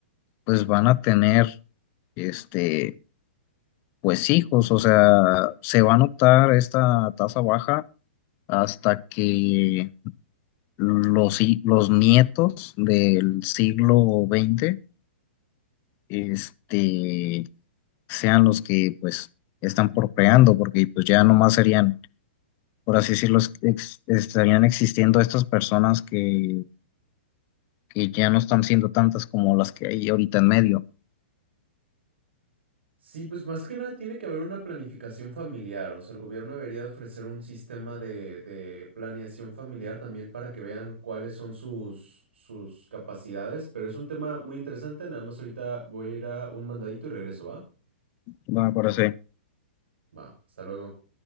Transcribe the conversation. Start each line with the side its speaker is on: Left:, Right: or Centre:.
Left: pues van a tener, este, pues hijos, o sea, se va a notar esta tasa baja hasta que los, hi- los nietos del siglo veinte este, sean los que pues están procreando, porque pues ya nomás serían, por así decirlo, ex- estarían existiendo estas personas que, que ya no están siendo tantas como las que hay ahorita en medio.
Right: Sí, pues más que nada tiene que haber una planificación familiar, o sea, el gobierno debería de ofrecer un sistema de, de planeación familiar también para que vean cuáles son sus, sus capacidades, pero es un tema muy interesante, nada más ahorita voy a ir a un mandadito y regreso, ¿va?
Left: Bueno, me parece.
Right: Va, hasta luego.